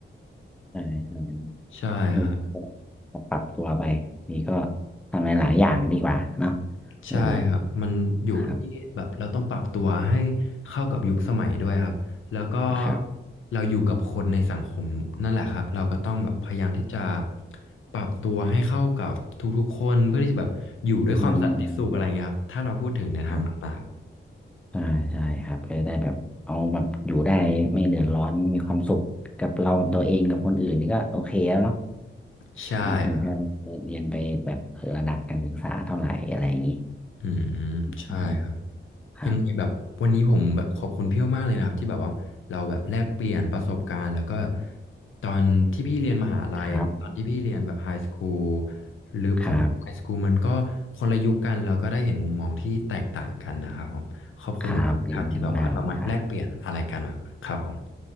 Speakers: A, in the centre; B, on the left.
A: ใช่ใช่เนาะ
B: ใช่ครับ
A: เออก็ต้องปรับตัวไปนี่ก็ทำในหลายอย่างดีกว่าเนาะ
B: ใช่ครับ
A: เออ
B: มันอยู่ที่แบบเราต้องปรับตัวให้
A: ครับ
B: เข้ากับยุคสมัยด้วยครับ แล้วก็
A: ครับ
B: เราอยู่กับคนในสังคมนั่นแหละครับ เราก็ต้องแบบพยายามที่จะปรับตัวให้เข้ากับทุกๆคนเพื่อที่จะแบบอยู่ด้วยความสันติสุขอะไรเงี้ยครับ
A: อืมอืม
B: ถ้าเราพูดถึงในทางต่าง
A: ครับใช่ใช่ครับก็ได้แบบเอาแบบอยู่ได้ไม่เดือดร้อนมีความสุขกับเรากับตัวเองกับคนอื่นนี่ก็โอเคแล้วเนาะ
B: ๆใช่ครับ
A: เราถึงจะเเรียนไปแบบออระดับการศึกษาเท่าไหร่อะไรอย่างนี้
B: อืมใช่ครับ
A: อืมครับ
B: ยังไงแบบวันนี้ผมแบบขอบคุณพี่มากๆเลยนะครับที่แบบว่าเราแบบแลกเปลี่ยนประสบการณ์แล้วก็ตอนที่พี่เรียนมหาลัยหรือตอนที่พี่เรียนแบบไฮสคูล
A: ครับ
B: หรือผมไฮสคูลมันก็คนละยุคกันเราก็ได้เห็นมุมมองที่แตกต่างกันนะครับผมขอบคุณมากๆครับที่แบบว่าเรามาแลกเปลี่ยนอะไรกันแบบครับผม
A: ครับครับยินดีมากครับ